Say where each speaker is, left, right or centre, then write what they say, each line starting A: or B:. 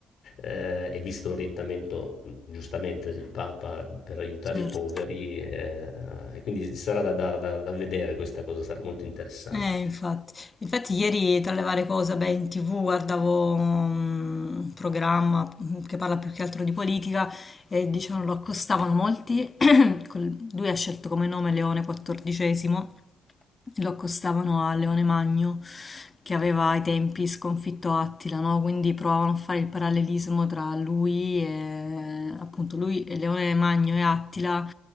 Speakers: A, on the left (about 65°); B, on the left (about 30°).
A: eh, e visto l'orientamento giustamente del Papa per aiutare
B: certo.
A: i poveri, eh, e quindi sarà da, da- da- da vedere questa cosa, sarà molto interessante.
B: Eh, infatti. Infatti ieri tra le varie cose, beh, in TV guardavo mm, un programma che parla più che altro di politica e dicevano lo accostavano molti. Col- Lui ha scelto come nome Leone XIV lo accostavano a Leone Magno che aveva ai tempi sconfitto Attila, no? Quindi provavano a fare il parallelismo tra lui e appunto lui e Leone Magno e Attila